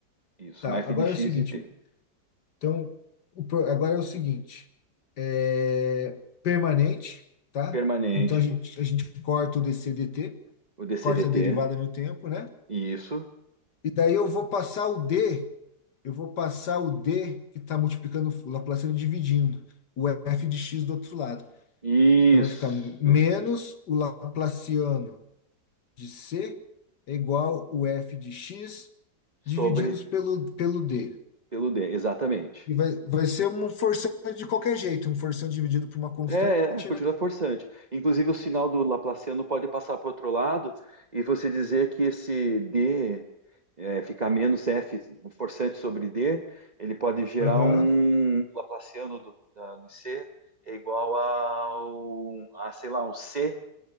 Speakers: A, on the right; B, on the left.
A: isso.
B: Tá,
A: Uma f
B: agora
A: de x
B: é o seguinte,
A: e t.
B: então, o pro- agora é o seguinte, é permanente, tá?
A: Permanente,
B: Então a gente, a gente corta o dc dt,
A: o dcdt,
B: corta a derivada no tempo, né?
A: isso,
B: E daí eu vou passar o d, eu vou passar o d que está multiplicando o Laplaciano dividindo o f de x do outro lado.
A: isso.
B: Então vai ficar menos o Laplaciano de C é igual o f de x
A: Sobre
B: divididos pelo, pelo d.
A: pelo d, exatamente.
B: E vai, vai ser uma forçando de qualquer jeito, um forçando dividido por uma constante,
A: É, é, continua
B: né?
A: forçante. Inclusive, o sinal do Laplaciano pode passar para o outro lado e você dizer que esse D é, ficar menos F, um forçante sobre D, ele pode gerar
B: Aham,
A: um Laplaciano do, da- do C é igual ao, a, sei lá, um C